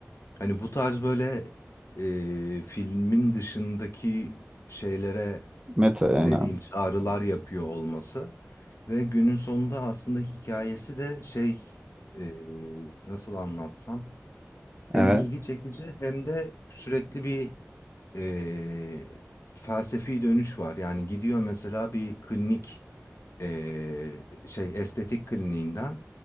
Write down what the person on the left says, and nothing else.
Hani bu tarz böyle e, filmin dışındaki şeylere
ne diyeyim çağrılar yapıyor olması ve günün sonunda aslında hikayesi de şey e, nasıl anlatsam hem
ilgi çekici hem de sürekli bir e, felsefi dönüş var. Yani gidiyor mesela bir klinik e, şey estetik kliniğinden